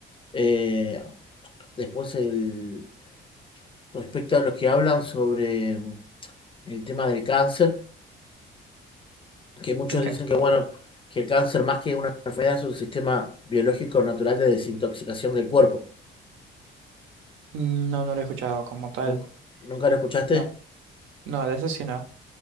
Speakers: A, on the left; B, on the right.
A: eh, Después, el, respecto a los que hablan sobre mm, el tema del cáncer, que muchos
B: El
A: dicen que, bueno, que el cáncer más que una enfermedad es un sistema biológico natural de desintoxicación del cuerpo.
B: Mm, No, no lo he escuchado como tal.
A: ¿Nunca, nunca lo escuchaste?
B: No, no, de eso sí no.